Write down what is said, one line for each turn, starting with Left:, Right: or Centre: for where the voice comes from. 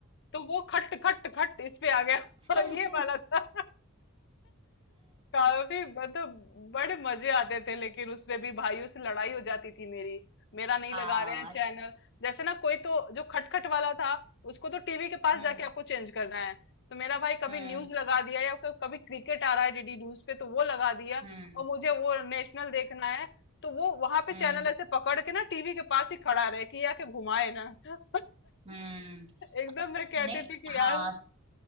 Left: तो वो खट खट खट इस पे आ गया
Right: <laughs>
Left: <laughs> और ये वाला था <laughs> काफी मतलब बड़े मजे आते थे लेकिन उसमें भी भाइयों से लड़ाई हो जाती थी मेरी मेरा नहीं
Right: हाँ
Left: लगा रहे हैं चैनल जैसे ना कोई तो जो खटखट वाला था उसको तो टीवी के पास
Right: हम्म
Left: जाके आपको चेंज करना है तो मेरा भाई कभी
Right: हम्म
Left: न्यूज लगा दिया या कभी क्रिकेट आ रहा है डीडी न्यूज पे तो वो लगा दिया
Right: हम्म
Left: और मुझे वो नेशनल देखना है तो वो वहां पे
Right: हम्म
Left: चैनल ऐसे पकड़ के ना टीवी के पास ही खड़ा रहे कि ये आके घुमाए ना <laughs>
Right: हम्म
Left: एकदम मैं कहती
Right: नहीं
Left: थी कि
Right: हाँ
Left: यार